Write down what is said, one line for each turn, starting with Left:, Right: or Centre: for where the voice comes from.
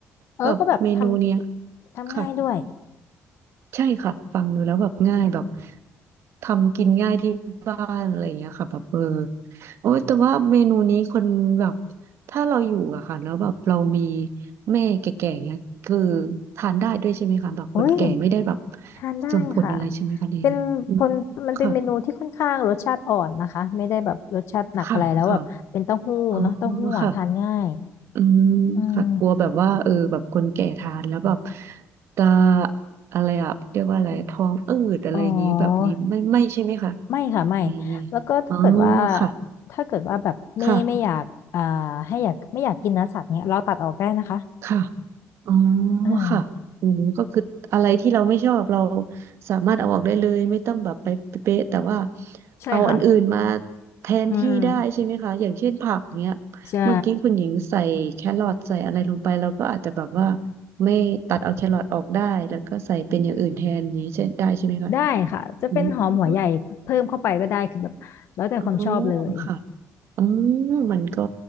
Left: เออก็แบบท
Right: แบบเมนูเนี้ย
Left: ำทำง่ายด้วย
Right: ค่ะ ใช่ค่ะฟังดูแล้วแบบง่ายแบบทำกินง่ายที่บ้านอะไรอย่างเงี้ยค่ะแบบเออโอ้ยแต่ว่าเมนูนี้คนแบบถ้าเราอยู่อะค่ะแล้วแบบเรามีแม่แก่ๆเงี้ยคือทานได้ด้วยใช่ไหมคะแบบคนแก่ไม่ได้แบบ
Left: อุ้ยทานได้ค่ะ
Right: ส่งผลอะไรใช่ไหมคะเองอืม
Left: เป็นผลมันเป็นเมนูที่ค่อนข้างรสชาติอ่อนนะคะไม่ได้แบบรสชาติหนักอะไรแล้วแบบเป็นเต้าหู้เนาะเต้าหู้อะทานง่าย
Right: ค่ะค่ะค่ะอ๋อค่ะอืมค่ะกลัวแบบว่าเออแบบคนแก่ทานแล้วแบบ
Left: อืม
Right: จะอะไรอะเรียกว่าอะไรท้องอืดอะไรอย่างงี้แบบนี้ไม่ไม่ใช่ไหมคะ
Left: อ๋อ ไม่ค่ะไม่
Right: ยังไง
Left: แล้วก็ถ้าเกิดว่า
Right: อ๋อค่ะ
Left: ถ้าเกิดว่าแบบไม่ไม่อยากอ่าให้อยากไม่อยากกินเนื้อสัตว์เนี้ยเราตัดออกได้นะคะ
Right: ค่ะค่ะอ๋อ
Left: อ่า
Right: ค่ะอืมก็คืออะไรที่เราไม่ชอบเราสามารถเอาออกได้เลยไม่ต้องแบบไปเป๊ะๆแต่ว่า
Left: ใช่ค่ะ
Right: เอาอันอื่นมาแทนที่ได้ใช่ไหมคะอย่างเช่นผักเนี้ย
Left: อืมใช่
Right: เมื่อกี้คุณหญิงใส่แครอทใส่อะไรลงไปเราก็อาจจะแบบว่าไม่ตัดเอาแครอทออกได้แล้วก็ใส่เป็นอย่างอื่นแทนอย่างนี้ใช่ได้ใช่ไหมคะ
Left: ได้ค่ะจะเป็นหอมหัวใหญ่เพิ่มเข้าไปก็ได้คือแบบแล้วแต่ความชอบเลย
Right: อืมอ๋อค่ะ อ๋อมันก็